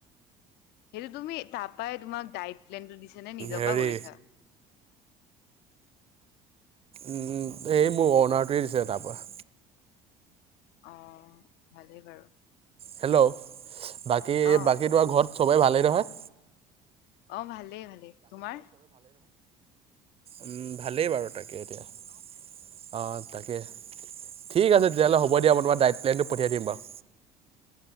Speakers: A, on the left; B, on the right.
A: সেইটো তুমি তাৰ পৰাই তোমাক ডাইট প্লেনটো দিছা নে নিজৰ
B: হেৰি
A: পৰা কৰিছা
B: উম এই মোৰ অনাৰটোৱে দিছে তাৰ পৰা
A: অ ভালেই বাৰু
B: হেল্ল' বাকী
A: অ
B: বাকী তোমাৰ ঘৰত চবেই ভালেই নহয়
A: অ ভালেই ভালেই তোমাৰ
B: উম ভালেই বাৰু তাকে এতিয়া অ তাকে ঠিক আছে তেতিয়াহলে হ'ব দিয়া তোমাৰ ডাইড প্লেনটো পঠিয়াই দিম বাও